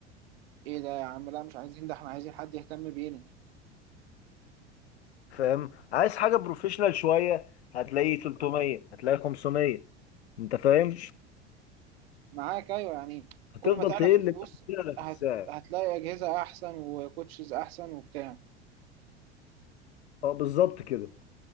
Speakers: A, on the right; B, on the left.
A: ايه ده يا عم لا مش عايزين ده احنا عايزين حد يهتم بينا
B: فاهم عايز حاجه بروفيشنال شويه هتلاقي 300 هتلاقي 500 انت فاهم
A: معاك ايوه يعني
B: هتفضل
A: كل ما تعلى
B: تقل
A: في الفلوس
B: كده في
A: هت...
B: السعر
A: هتلاقي اجهزه احسن وكوتشز احسن وبتاع
B: اه بالظبط كده